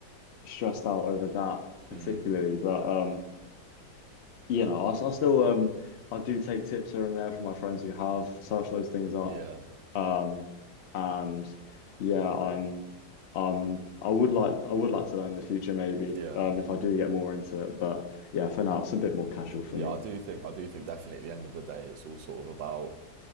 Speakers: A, on the left; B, on the right.
A: stressed out over that particularly,
B: Mm.
A: but um you know, I I still um I do take tips here and there from my friends who have searched those things up.
B: Yeah.
A: Um and yeah, I'm um I would like I would like to learn in the future maybe
B: Yeah.
A: um if I do get more into it. But yeah, for now it's a bit more casual for
B: Yeah,
A: me.
B: I do think I do think definitely at the end of the day it's all sort of about